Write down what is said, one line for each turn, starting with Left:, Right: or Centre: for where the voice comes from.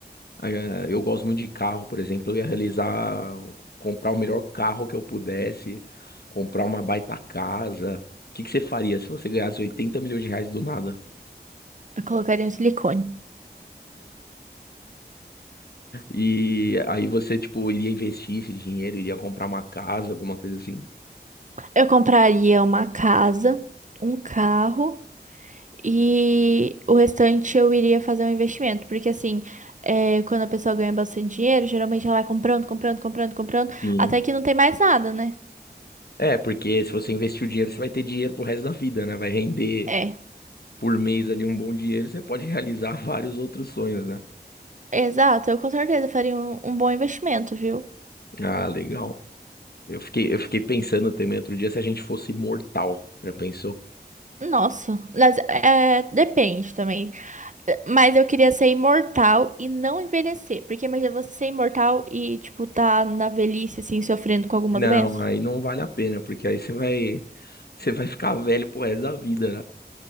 Left: Eh, Eu gosto muito de carro, por exemplo, eu ia realizar, comprar o melhor carro que eu pudesse, comprar uma baita casa. O que que você faria se você ganhasse 80 milhões de reais do nada?
Right: Eu colocaria um silicone.
Left: E aí você, tipo, iria investir esse dinheiro, iria comprar uma casa, alguma coisa assim.
Right: Eu compraria uma casa, um carro e o restante eu iria fazer um investimento. Porque assim, é, quando a pessoa ganha bastante dinheiro, geralmente ela vai comprando, comprando, comprando, comprando,
Left: Sim.
Right: até que não tem mais nada, né?
Left: É, porque se você investir o dinheiro, você vai ter dinheiro pro resto da vida, né? Vai render
Right: É.
Left: por mês ali um bom dinheiro, você pode realizar <laughs> vários outros sonhos, né?
Right: Exato, eu com certeza faria um, um bom investimento, viu?
Left: Ah, legal. Eu fiquei, eu fiquei pensando também outro dia se a gente fosse imortal. Já pensou?
Right: Nossa, mas é, depende também. Mas eu queria ser imortal e não envelhecer. Porque imagina você ser imortal e, tipo, tá na velhice, assim, sofrendo com alguma
Left: Não,
Right: doença.
Left: aí não vale a pena, porque aí você vai, você vai ficar velho pro resto da vida, né?